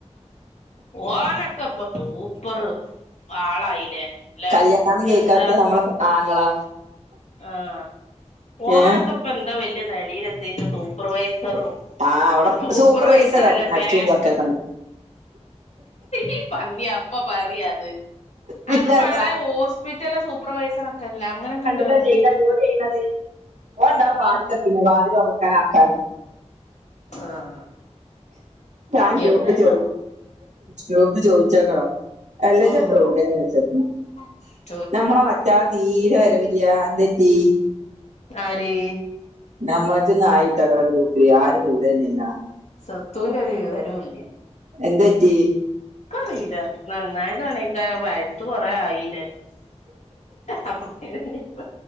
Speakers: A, on the left (about 70°); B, on the right (about 85°).
A: ഓനക്കെ ഇപ്പൊ ത്തോ സൂപ്പറ് ആളായില്ലേ അല്ലെ
B: കല്യാണം കഴിക്കാത്ത
A: എന്താ
B: നമ്മളെ ആങ്ങള
A: ആഹ് ഓനൊക്കെ
B: ഏഹ്
A: ഇപ്പ എന്താ വലിയ നിലയിലെത്തിട്ട് സൂപ്പർവൈസറും
B: ആഹ് അവിടെ
A: അല്ല
B: സൂപ്പർവൈസർ ആന്നു
A: അല്ല ബേ
B: അടിച്ചുവച്ചേക്കുന്നെ
A: ഈ പന്നി അപ്പ പറിയാത്
B: പിന്നെതാ
A: അത് വളെ ഓസ് ഇപ്പോഴത്തെയെല്ലാം സൂപ്പർവൈസർ ഒക്കെഅല്ലെ അങ്ങനെക്കണ്ട്
B: ന്താ ചെയ്ത ജോലി ചെയ്യുന്നത് ഓൻ ഉണ്ടാവും വാതിക്കൽ
A: ഏ
B: പിന്നെ വാതില് തു റക്കാൻ ആൾക്കാരും
A: ആഹ്
B: ഞാൻ ഗ്രൂപ്പി
A: എവിടെണാവോ
B: ചോദി ഗ്രൂപ്പ് ചോദിച്ചേക്കണോ അല്ലെ
A: ഉം
B: ചക്ക എവിടെയന്ന് വെച്ചക്ക
A: <inaudible>
B: നമ്മളെ മച്ചാ തീരെ വരവില്ലിയ എന്ത് പറ്റീ
A: ആര്
B: നമ്മള് ചെന്ന് ആയി ഇട്ടേക്കണ ഗ്രൂപ്പില് ആരും ഇല്ലാഞ്ഞെന്ന
A: സ്വത്തുവിന്റെ ഒരു വിവരവും ഇല്ല
B: എന്ത് പറ്റി
A: അറിയില്ല നന്നായിതാണ് <unintelligible> സ്വത്ത് കുറെ ആയീലെ അപ്പൊ പിന്നെ ഇനീപ്പോ